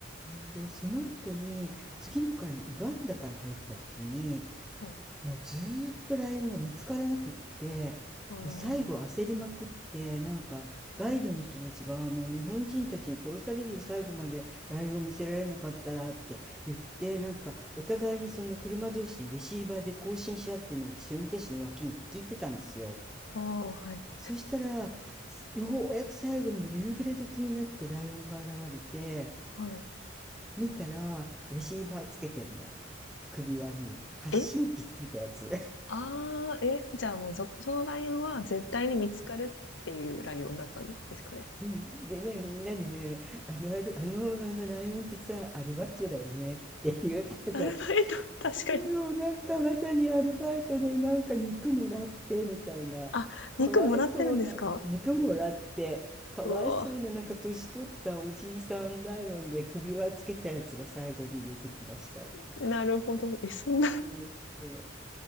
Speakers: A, in the centre; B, on the left.
A: で、その後に次の回にウガンダから入った時に、
B: あ、はい。
A: もうずーっとライオンが見つからなくってもう最後焦りまくってなんかガイドの人たちがもう日本人たちに殺されるよ最後までライオン見せられなかったらって言ってなんかお互いにその車同士でレシーバーで交信し合ってるのを私運転手の脇にいて聞いてたんですよ。
B: ああ、ああ、はい、
A: そしたらようやく最後のもう夕暮れ時になってライオンが現れて
B: はい。
A: 見たらレシーバーつけてんの首輪に発信機つけたやつ。
B: えああ、え、じゃあもうそ、そのライオンは絶対に見つかるっていうライオンだったんですかね。
A: うんでね、みんなでね、あの、ある、あの、あのライオンってさ、アルバイトだよねって言ってたって。
B: アルバイト、
A: <laughs>
B: 確かに。
A: そう、なんかまさにアルバイトでなんか肉もらってみたいな、
B: あ、
A: かわいそうな、
B: 肉もらってるんですか
A: 肉もらって、かわいそうな、
B: うわ
A: なんか年取ったおじいさんライオンで首輪つけたやつが最後に出てきましたって。
B: なるほど。え、そんな、<laughs>
A: そうそう。